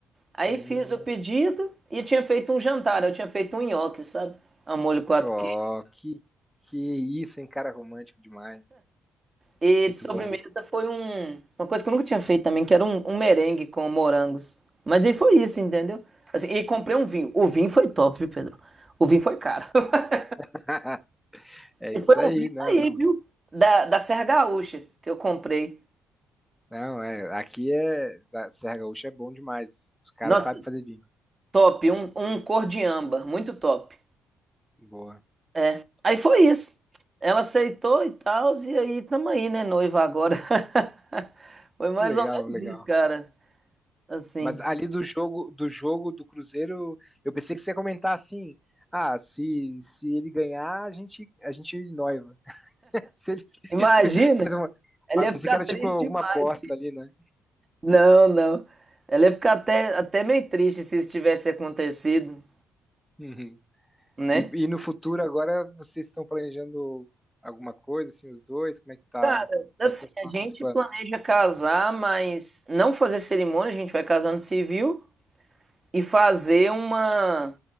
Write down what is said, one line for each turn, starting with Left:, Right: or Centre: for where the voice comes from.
Right: Aí
Centre: Hum.
Right: fiz o pedido e tinha feito um jantar, eu tinha feito um nhoque, sabe? A molho quatro
Centre: Oh, que, que isso, hein, cara romântico demais.
Right: E
Centre: Muito
Right: de sobremesa
Centre: bom.
Right: foi um, uma coisa que eu nunca tinha feito também, que era um, um merengue com morangos. Mas aí foi isso, entendeu? Assim, e comprei um vinho. O vinho foi top, viu, Pedro? O vinho foi caro. <laughs>
Centre: <laughs> É
Right: E
Centre: isso
Right: foi
Centre: aí,
Right: um vinho
Centre: não,
Right: daí,
Centre: não.
Right: viu? Da, da Serra Gaúcha, que eu comprei.
Centre: Não, é, aqui é, da Serra Gaúcha é bom demais. Os caras
Right: Nossa,
Centre: sabem fazer vinho.
Right: top. Um, um cor de âmbar, muito top.
Centre: Boa.
Right: É. Aí foi isso. Ela aceitou e tal, e aí tamo aí, né, noiva agora. <laughs> Foi mais
Centre: Que legal,
Right: ou menos
Centre: legal.
Right: isso, cara. Assim,
Centre: Mas ali do jogo, do jogo do Cruzeiro, eu pensei que você ia comentar assim: "Ah, se se ele ganhar, a gente a gente noiva". <laughs> Se ele
Right: imagina,
Centre: faz uma,
Right: ela
Centre: ah,
Right: ia
Centre: eu pensei
Right: ficar
Centre: que era
Right: triste
Centre: tipo alguma
Right: demais.
Centre: aposta ali, né?
Right: Não, não. Ela ia ficar até, até meio triste se isso tivesse acontecido,
Centre: Uhum.
Right: né?
Centre: E, e no futuro, agora, vocês estão planejando alguma coisa, assim, os dois? Como é que tá?
Right: Cara,
Centre: Quais
Right: assim,
Centre: são os próximos
Right: a gente
Centre: planos?
Right: planeja casar, mas não fazer cerimônia, a gente vai casando civil e fazer uma,